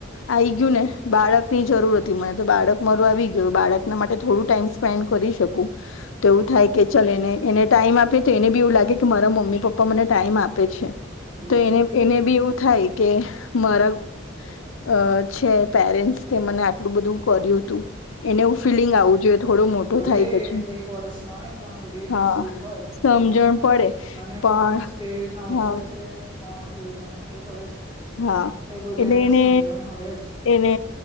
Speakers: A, on the left (about 75°); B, on the right (about 25°).
A: આવી ગયું ને બાળક ની જરૂર હતી મને તો બાળક મરું આવી ગયું બાળકના માટે થોડું ટાઈમ સ્પેન્ડ કરી શકું તો એવું થાય કે ચાલ એને એને ટાઈમ આપે તો એને બી એવું લાગે કે મારા મમ્મી પપ્પા મને ટાઈમ આપે છે
B: હમ
A: તો એને એને બી એવું થાય કે મારા અ છે પેરેન્ટ્સ તે મને આટલું બધું કર્યું હતું એને એવું ફિલિંગ આવવું જોઈએ થોડો મોટો
B: ભલે
A: થાય પછી
B: એક વરષ નો હોય પણ બધી એને
A: હા
B: શું જ હોય
A: સમજણ
B: કે મને
A: પડે
B: મને
A: પણ
B: કોણ કેવી રીતના ઉછરેે
A: હા
B: છે કોણ કે એના મોટું કરે છે
A: હા
B: એ બધું
A: એટલે એને
B: સમજણ હોય જ
A: એને